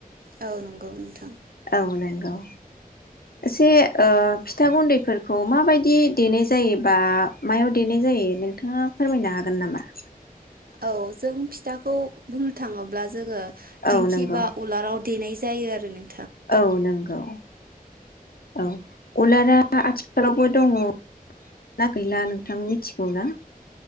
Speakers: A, on the right; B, on the left.
A: औ नंगौ नोंथां
B: औ नंगौ एसे ओ फिथा गुन्दैफोरखौ माबायदि देनाय जायो बा मायाव देनाय जायो नोंथाङा फोरमायनो हागोन नामा
A: औ जों फिथाखौ बुंनो थाङोब्ला जोङो
B: औ
A: दिंखि
B: नंगौ
A: बा उलाराव देनाय जायो आरो नों
B: औ नंगौ औ उलारा आ आथिखालावबो दङ ना गैला नोंथां मिथिगौ ना